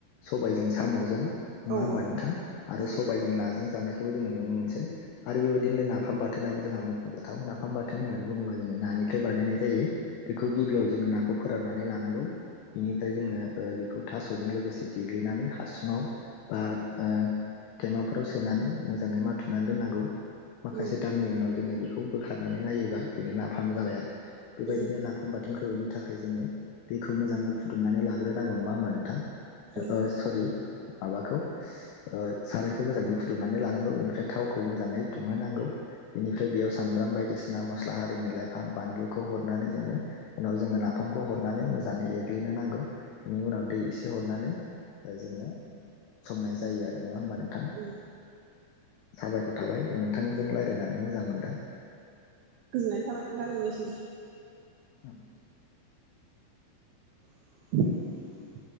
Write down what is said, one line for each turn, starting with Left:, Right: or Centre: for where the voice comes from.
Left: सबायजों साम'जों नङा
Right: औ
Left: होमबा
Right: औ
Left: नोंथां आरो
Right: उम
Left: सबायजों नाजों जानायख खौ जों नुनो मोनसै आरो बेबायदिनो नाफाम बाथोनाबो जोंहा मख'जाथाव नाफाम बाथोन होननानै बुङोबा जोङो नानि - निफ्राय बानायनाय जायो। बेखौ गिबियाव जोङो नाखौ फोराननानै लानांगौ। बिनिफ्राय जोङो ओ बेखौ थास'जों लोगोसे देग्लिनानै हासुङाव बा ओ थेमाफोराव सोनानै मोजाङै माथुनानै दोननांगौ। माखासे
Right: उम
Left: दाननि उनाव जोङो बेखौ बोखारनानै नायोबा बेनो नाफाम जाबाय आरो। बेबायदिनो
Right: उम
Left: नाफाम बाथोनखौ एवनो थाखाय जोङो दैखौ मोजाङै फुदुंनानै लाग्रोनांगौ नङा होमबा नोंथां?
Right: औ
Left: अ' सरि माबाखौ ओ सारायखौ मोजाङै फुदुंनानै लानांगौ इनिफ्राय थावखौ मोजाङै दुंहोनांगौ बेनिफ्राय बेयाव सामब्राम बायदिसि बिसिना मसला हारिनि लाइफां बानलुखौ हरनानै जोङो उनाव जोङो नाफामखौ हरनानै मोजाङै <unintelligible> गलैनो नांगौ बिनि उनाव दै एसे हरनानै जोङो संनाय जायो आरो नङा होमबा नोंथां
Right: उम
Left: साबायखर थाबाय नोंथांजों रायज्लायनानै मोजां मोनदों।
Right: गोजोननाय थाबाय नोंथां नोंनिसिम
Left: <inaudible>
Right: <inaudible>